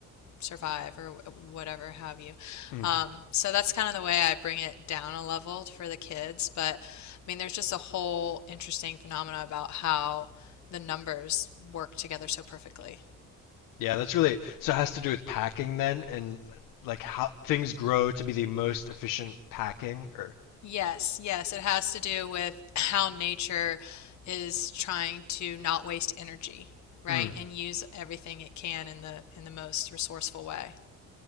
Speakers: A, on the left; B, on the left.
A: survive or whatever have you.
B: mm.
A: Um, so that's kind of the way I bring it down a level for the kids. But I mean, there's just a whole interesting phenomena about how the numbers work together so perfectly.
B: Yeah, that's really so it has to do with packing then and like how things grow to be the most efficient packing or
A: Yes, yes, it has to do with how nature is trying to not waste energy, right?
B: mm.
A: And use everything it can in the in the most resourceful way.